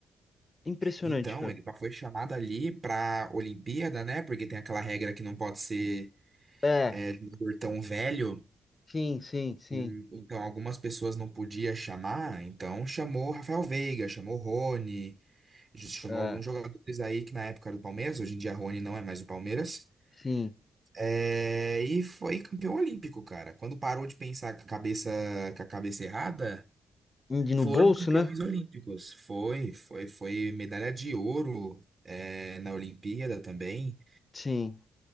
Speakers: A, on the left; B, on the right.
A: Impressionante,
B: Então,
A: cara.
B: ele foi chamado ali pra Olimpíada, né? Porque tem aquela regra que não pode ser
A: É,
B: é, jogador tão velho.
A: sim, sim, sim.
B: Hum, Então, algumas pessoas não podia chamar, então chamou o Rafael Veiga, chamou o Rony, chamou
A: É,
B: alguns jogadores aí que na época era do Palmeiras, hoje em dia Rony não é mais do Palmeiras.
A: sim.
B: É, e foi campeão olímpico, cara. Quando parou de pensar com a cabeça, com a cabeça errada,
A: Indi no
B: foram
A: bolso,
B: campeões
A: né?
B: olímpicos. Foi, foi, foi medalha de ouro, é, na Olimpíada também.
A: Sim,